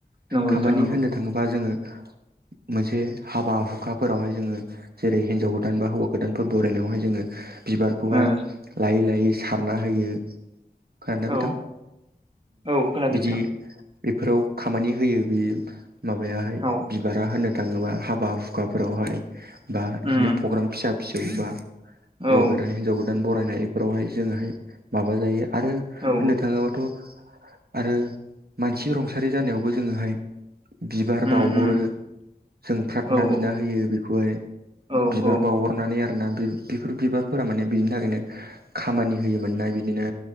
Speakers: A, on the right; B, on the right.
A: नंगौ
B: खामानि
A: बिथां नंगौ
B: होननो थाङोबा जोङो मोनसे हाबा हुखाफोरावहाय जोङो जेरै हिनजाव गोदान बा हौवा गोदानफोर बरायनायावहाय जोङो। बिबारखौहाय
A: ओ
B: लायै लायै सारना होयो। खोनादों ना
A: औ
B: बिथां?
A: औ खोनादों
B: बिदि
A: नोंथां
B: बेफोराव खामानि होयो बियो बे माबायाहाय
A: औ
B: बिबारा होनो थाङोबा हाबा हुखाफोरावहाय बा बिदिनो
A: उम
B: पग्राम फिसा फिसौ बा हौवा
A: औ
B: गोदान हिनजाव गोदान गोदान बरायनाय बेफोरावहाय जोङोहाय माबा जायो आरो होननो
A: औ
B: थाङोब्लाथ' आरो मानसि रुंसारि जानायावबो जोङोहाय। बिबार
A: उम
B: बावहरो।
A: उम
B: जों फ्राधना
A: औ
B: बिना होयो बेखौहाय
A: औ
B: बिबार
A: औ
B: बावहरनानै आरोना बे बि बेफोर बिबारफोरा माने बिदिनि थाखायनो खामानि होयोमोननाय बिदिनो